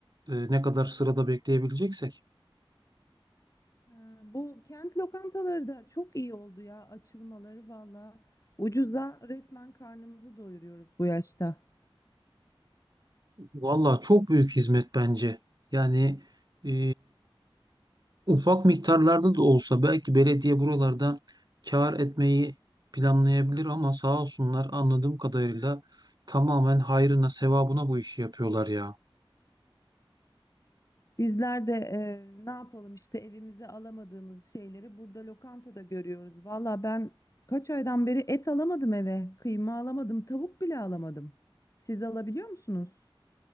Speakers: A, on the right; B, on the left.
A: e, ne kadar sırada bekleyebileceksek.
B: Ha, Bu kent lokantaları da çok iyi oldu ya açılmaları valla. Ucuza resmen karnımızı doyuruyoruz bu yaşta.
A: Valla çok büyük hizmet bence. Yani e, ufak miktarlarda da olsa belki belediye buralarda kâr etmeyi planlayabilir ama sağ olsunlar anladığım kadarıyla tamamen hayrına sevabına bu işi yapıyorlar ya.
B: Bizler de e, ne yapalım işte evimize alamadığımız şeyleri burada lokantada görüyoruz. Valla ben kaç aydan beri et alamadım eve, kıyma alamadım, tavuk bile alamadım. Siz alabiliyor musunuz?